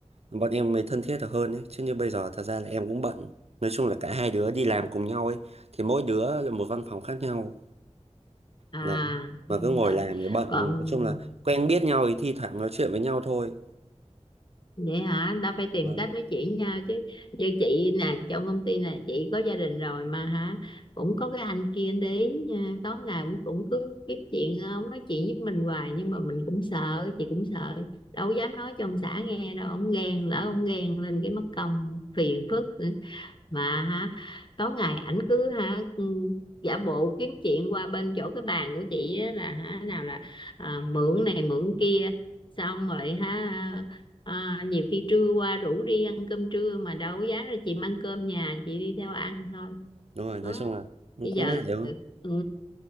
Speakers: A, on the right (about 60°); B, on the left (about 45°).
A: bọn em mới thân thiết được hơn ấy. Chứ như bây giờ thật ra là em cũng bận nói chung là cả hai đứa đi làm cùng nhau ấy thì mỗi đứa là một văn phòng khác nhau
B: à
A: đấy mà
B: thì
A: cứ
B: cũng
A: ngồi
B: đợi
A: làm thì bận
B: còn
A: nói chung là quen biết nhau thì thi thoảng nói chuyện với nhau thôi
B: vậy hả ta phải tìm
A: Vâng.
B: cách nói chuyện nhau chứ như chị nè trong công ty nè chị có gia đình rồi mà hả cũng có cái anh kia để ý nha, tối ngày cũng cũng cứ kiếm chuyện ờ, ông nói chuyện với mình hoài nhưng mà mình cũng sợ chị cũng sợ đâu dám nói cho ông xã nghe đâu ông ghen lỡ ông ghen lên cái mất công phiền phức Ừ mà ha tối ngày ảnh cứ ha ừ, giả bộ kiếm chuyện qua bên chỗ cái bàn của chị á, là hả nào là à, mượn này mượn kia xong rồi ha à, nhiều khi trưa qua rủ đi ăn cơm trưa mà đâu có dám đâu chị mang cơm nhà chị đi theo ăn thôi
A: đúng rồi nói
B: đó
A: chung là cũng
B: bây
A: cũng
B: giờ
A: ngại đúng không
B: ừ,